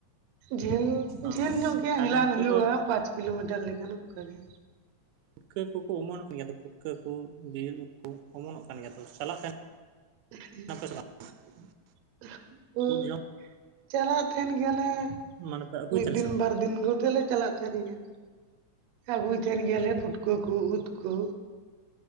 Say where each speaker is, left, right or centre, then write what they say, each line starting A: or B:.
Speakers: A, on the right; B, on the right.
A: ᱡᱷᱟᱹᱞ
B: ᱚ
A: ᱡᱷᱟᱹᱞ ᱜᱚᱝᱠᱮ
B: ᱛᱟᱦᱚᱞᱮ
A: ᱦᱮᱞᱟᱱ
B: ᱱᱤᱛᱚᱜ
A: ᱦᱩᱭᱩᱜᱼᱟ
B: ᱫᱚ
A: ᱯᱟᱸᱪ ᱠᱤᱞᱳᱢᱤᱴᱟᱨ ᱞᱮᱠᱟᱱ ᱚᱱᱠᱟᱜᱮ᱾
B: ᱯᱷᱩᱴᱠᱟᱹ ᱠᱚᱠᱩ ᱚᱢᱚᱱᱚᱜ ᱜᱮᱭᱟ ᱛᱚ, ᱯᱩᱴᱠᱟᱹ ᱠᱚ, ᱵᱤᱨ ᱩᱫ ᱠᱩ ᱚᱢᱚᱱᱚᱜ ᱠᱟᱱ ᱜᱮᱭᱟ ᱛᱚ ᱪᱟᱞᱟᱜ ᱠᱟᱱ
A: <unintelligible>
B: <unintelligible>
A: <unintelligible>
B: ᱩᱫ
A: ᱪᱟᱞᱟᱜ ᱛᱟᱸᱦᱮᱱ ᱜᱮᱭᱟᱞᱮ᱾
B: ᱢᱟᱱᱮ ᱯᱮ ᱟᱹᱜᱩᱭ
A: ᱢᱤᱫ
B: ᱛᱟᱦᱮᱱᱟ
A: ᱫᱤᱱ
B: ᱥᱮ ᱵᱟᱝ
A: ᱵᱟᱨ ᱫᱤᱱ ᱜᱚᱛᱮᱞᱮ ᱪᱟᱞᱟᱜ ᱛᱟᱸᱦᱮᱱ ᱜᱮᱭᱟ᱾ ᱟᱹᱜᱩᱭ ᱛᱟᱸᱦᱮᱱ ᱜᱮᱭᱟᱞᱮ
B: ᱦᱮᱸ
A: ᱯᱩᱴ ᱠᱟᱹ ᱠᱚ ᱩᱫ ᱠᱚ